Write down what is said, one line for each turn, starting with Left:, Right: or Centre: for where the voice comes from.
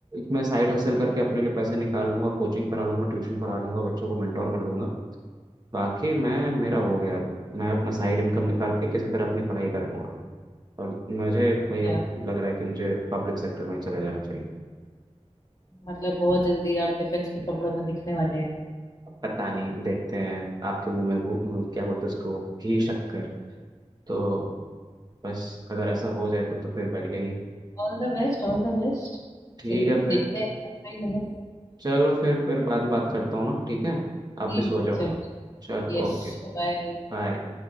Right: मैं साइड हसल करके अपने लिए पैसे निकाल लूंगा कोचिंग पढ़ा लूंगा ट्यूशन पढ़ा लूंगा बच्चों को मेंटोर कर दूंगा बाकी मैं मेरा हो गया अब मैं अपना साइड इनकम निकाल के किसी तरह अपनी पढ़ाई कर लूंगा और मुझे भाई
Left: क्या
Right: अब लग रहा है कि मुझे पब्लिक सेक्टर में चला जाना चाहिए
Left: मतलब बहुत जल्दी आप डिफेंस के कपड़ों में दिखने वाले हैं
Right: अब पता नहीं देखते हैं आपके मुंह में घू- मुंह- क्या बोलते हैं उसको घी शक्कर तो बस अगर ऐसा हो जाए तब तो फिर बढ़िया ही है।
Left: All the best all the best
Right: ठीक
Left: चलिए
Right: है फिर
Left: देखते हैं अच्छा ही होगा
Right: चलो फिर फिर बाद में बात करता हूँ ना ठीक है आप
Left: ठीक
Right: भी सो
Left: है,
Right: जाओ
Left: चलो चलो,
Right: चलो
Left: यस
Right: ओके
Left: बाय
Right: बाय